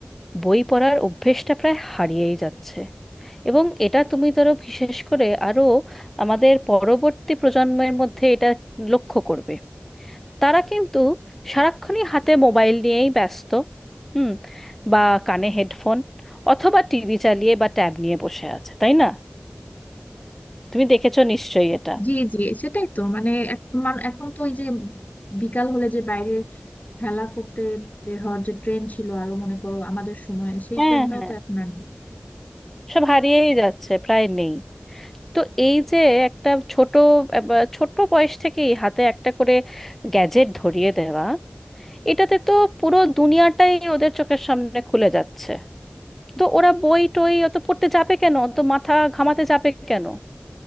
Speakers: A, in the centre; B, on the left.
A: বই পড়ার অভ্যেসটা প্রায় হারিয়েই যাচ্ছে এবং এটা তুমি ধরো বিশেষ করে আরো আমাদের পরবর্তী প্রজন্মের মধ্যে এটা লক্ষ্য করবে তারা কিন্তু সারাক্ষণই হাতে মোবাইল নিয়েই ব্যস্ত হুম বা কানে হেডফোন অথবা টিভি চালিয়ে বা ট্যাব নিয়ে বসে আছে তাই না তুমি দেখেছো নিশ্চয়ই এটা
B: জি জি সেটাই তো মানে এক- মান- এখন তো ওই যে বিকাল হলে যে বাইরে খেলা করতে বের হওয়ার যে ট্রেন ছিল আরো মনে করো আমাদের সময় সেই
A: হ্যাঁ
B: ট্রেনটাও
A: হ্যাঁ
B: তো এখন আর নেই
A: সব হারিয়েই যাচ্ছে প্রায় নেই তো এই যে একটা ছোট বা ছোট বয়স থেকেই হাতে একটা করে গ্যাজেট ধরিয়ে দেওয়া এটাতে তো পুরো দুনিয়াটাই ওদের চোখের সামনে খুলে যাচ্ছে তো ওরা বই টই অত পড়তে যাবে কেন অত মাথা ঘামাতে যাবে কেন